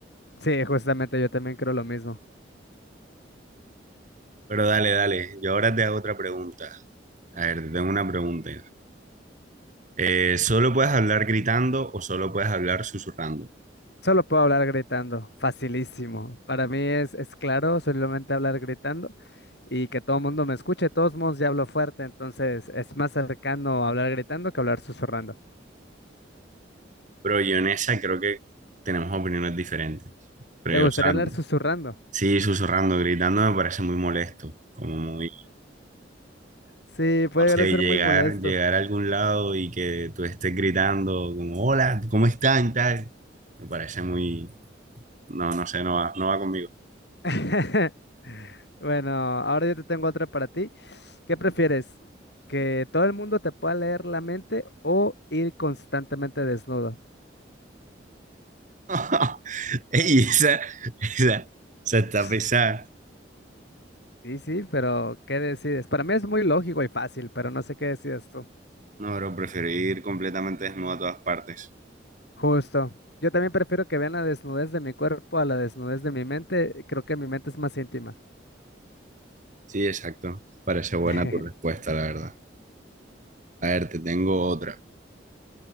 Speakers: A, on the left; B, on the right.
A: Sí, justamente yo también creo lo mismo.
B: <laughs> Pero dale, dale, yo ahora te hago otra pregunta. A ver, te tengo una pregunta. Eh, solo puedes hablar gritando o solo puedes hablar susurrando.
A: Solo puedo hablar gritando, facilísimo. Para mí es, es claro, solamente hablar gritando y que todo el mundo me escuche. De todos modos ya hablo fuerte, entonces es más cercano hablar gritando que hablar susurrando.
B: Pero yo en esa creo que tenemos opiniones diferentes. Pero,
A: ¿Te gustaría
B: o sea,
A: hablar susurrando?
B: sí, susurrando, gritando me parece muy molesto. Como muy,
A: Sí, puede
B: no sé,
A: llegar a ser
B: llegar,
A: muy molesto.
B: llegar a algún lado y que tú estés gritando, como, hola, ¿cómo están? Tal. Me parece muy, no, no sé, no va, no va conmigo.
A: <laughs> Bueno, ahora yo te tengo otra para ti. ¿Qué prefieres? ¿Que todo el mundo te pueda leer la mente o ir constantemente desnudo?
B: <laughs> Ey, esa, esa, esa está
A: <laughs>
B: pesada.
A: Sí, sí, pero ¿qué decides? Para mí es muy lógico y fácil, pero no sé qué decides tú.
B: No, pero prefiero ir completamente desnudo a todas partes.
A: Justo. Yo también prefiero que vean la desnudez de mi cuerpo a la desnudez de mi mente. Creo que mi mente es más íntima.
B: Sí, exacto. Parece buena
A: <laughs>
B: tu respuesta, la verdad. A ver, te tengo otra.